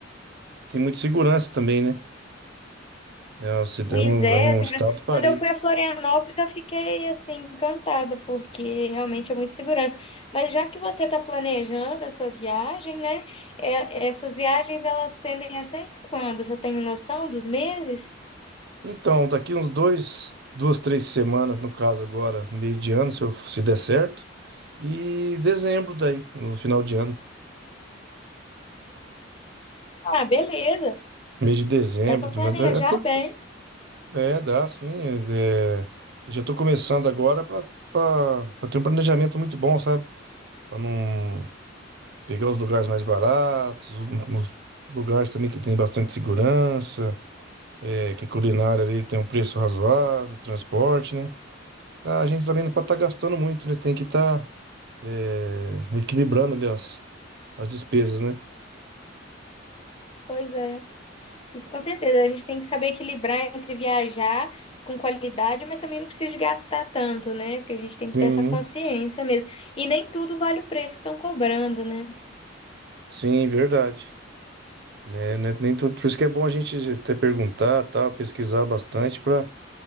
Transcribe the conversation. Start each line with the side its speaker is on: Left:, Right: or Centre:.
Right: tem muita segurança também, né? É uma cida-
Left: Pois
Right: é um,
Left: é,
Right: é um
Left: segurança.
Right: estado parelho.
Left: Quando eu fui a Florianópolis, eu fiquei assim encantada, porque realmente é muito segurança. Mas já que você está planejando a sua viagem, né? é- essas viagens elas tendem a ser quando? Você tem noção dos meses?
Right: Então, daqui uns dois, duas, três semanas, no caso agora, meio de ano, se, eu, se der certo. E dezembro daí, no final de ano.
Left: Ah, beleza.
Right: Mês de dezembro,
Left: Dá para planejar
Right: mas é, tem,
Left: bem.
Right: é, dá sim. É, e já tô começando agora pra para ter um planejamento muito bom, sabe? Para não pegar os lugares mais baratos, os os lugares também que tem bastante segurança, é, que a culinária ali tem um preço razoável, transporte, né? A gente também não pode estar gastando muito, né? Tem que estar é, equilibrando ali as, as despesas, né?
Left: Pois é. Isso com certeza. A gente tem que saber equilibrar entre viajar com qualidade, mas também não precisa de gastar tanto, né? Porque a gente tem que
Right: Sim,
Left: ter essa consciência mesmo. E nem tudo vale o preço que estão cobrando, né?
Right: sim, verdade. Né, né, nem tudo, por isso que é bom a gente até perguntar, tá, pesquisar bastante para